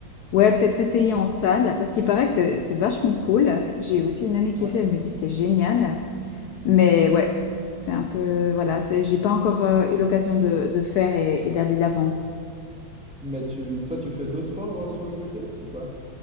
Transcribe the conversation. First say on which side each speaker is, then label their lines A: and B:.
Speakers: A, on the left; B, in the centre.
A: ouais, peut-être essayer en salle parce qu'il paraît que c'est c'est vachement cool. J'ai aussi une amie qui
B: Ouais.
A: fait, elle me dit c'est génial. Mais ouais, c'est un peu, voilà, c'est- j'ai pas encore euh, eu l'occasion de, de faire et et d'aller l'avant.
B: Mais tu, toi, tu fais d'autres sports euh, sur le côté ou pas?